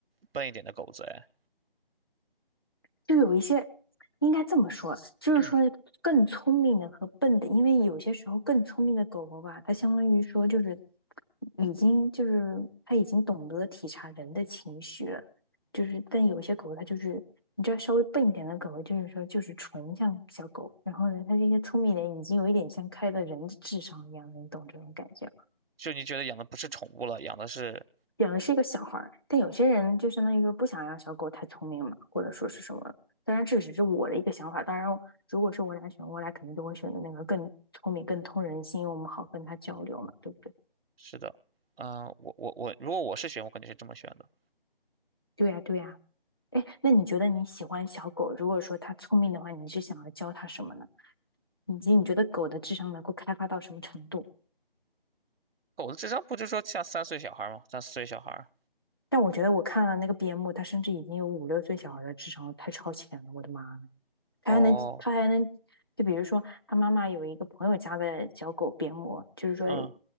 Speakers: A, on the right (about 75°); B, on the left (about 25°).
A: 笨一点的狗子，哎，
B: 就有一些应该这么说，就是说更聪明的和笨的，
A: 嗯，
B: 因为有些时候更聪明的狗狗吧，它相当于说就是已经就是它已经懂得体察人的情绪了，就是但有些狗它就是你知道稍微笨一点的狗狗，就是说就是纯像小狗，然后呢，它这些聪明人已经有一点像开了人的智商一样的，你懂这种感觉？
A: 就你觉得养的不是宠物了，养的是
B: 养的是一个小孩儿，但有些人就相当于说不想让小狗太聪明嘛，或者说是什么。当然，这只是我的一个想法。当然，如果是我俩选，我俩肯定都会选择那个更聪明、更通人性，因为我们好跟它交流嘛，对不对？
A: 是的，嗯、我我我，如果我是选，我肯定是这么选的。
B: 对呀，对呀。哎，那你觉得你喜欢小狗？如果说它聪明的话，你是想要教它什么呢？以及你觉得狗的智商能够开发到什么程度？
A: 狗子智商不就说像三岁小孩吗？三四岁小孩儿。
B: 但我觉得我看了那个边牧，它甚至已经有五六岁小孩的智商了，太超前了，我的妈！他还能，
A: 哦，
B: 他还能，就比如说他妈妈有一个朋友家的小狗边牧，就是说
A: 嗯，